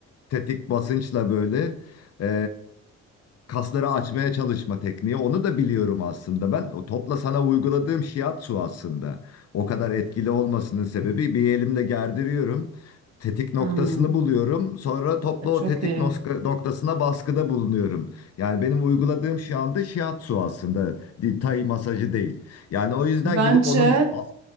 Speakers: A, on the left; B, on the right.
A: tetik basınçla böyle e, kasları açmaya çalışma tekniği. Onu da biliyorum aslında ben. O topla sana uyguladığım shiatsu aslında. O kadar etkili olmasının sebebi bir elimle gerdiriyorum tetik
B: Hmm,
A: noktasını buluyorum. Sonra toplu
B: e, çok
A: o tetik
B: iyi.
A: noska- noktasına baskıda bulunuyorum. Yani benim uyguladığım şu anda shiatsu aslında. di- Tai masajı değil. Yani o yüzden
B: Bence
A: gidip onun a-